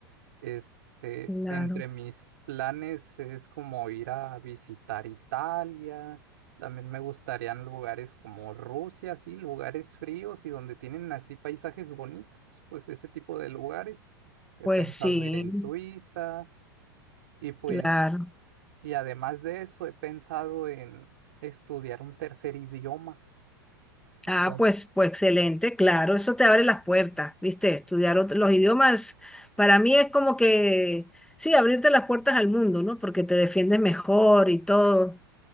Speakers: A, on the right; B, in the centre.
A: Este,
B: claro.
A: entre mis planes es como ir a visitar Italia, también me gustarían lugares como Rusia, sí, lugares fríos y donde tienen así paisajes bonitos, pues ese tipo de lugares. He
B: Pues
A: pensado
B: sí,
A: ir en Suiza. Y pues
B: claro.
A: y además de eso, he pensado en estudiar un tercer idioma.
B: Ah,
A: Ya s-
B: pues, pues excelente, claro, eso te abre las puertas, ¿viste? Estudiar ot- los idiomas para mí es como que, sí, abrirte las puertas al mundo, ¿no? Porque te defiendes mejor y todo.